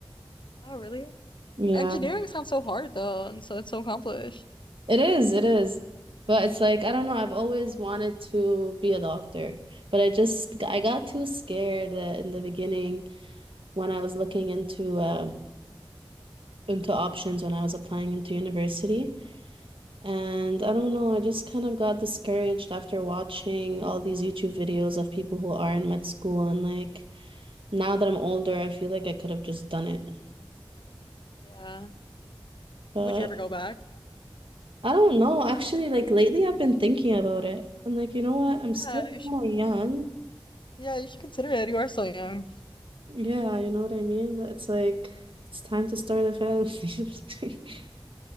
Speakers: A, on the left; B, on the right.
A: Oh, really?
B: Yeah,
A: Engineering sounds so hard though, and so it's so accomplished.
B: it is, it is. But it's like, I don't know, I've always wanted to be a doctor, but I just I got too scared uh, in the beginning when I was looking into uh into options when I was applying into university. And I don't know, I just kind of got discouraged after watching all these YouTube videos of people who are in med school. And like now that I'm older, I feel like I could have just done it.
A: Yeah.
B: But
A: Would you ever go back?
B: I don't know. Actually, like lately, I've been thinking about it. I'm like, you know what? I'm
A: Yeah,
B: still
A: you should.
B: kind of young.
A: Yeah, you should consider it. You are so young.
B: Yeah, you know what I mean? But it's like, it's time to start a family. <laughs>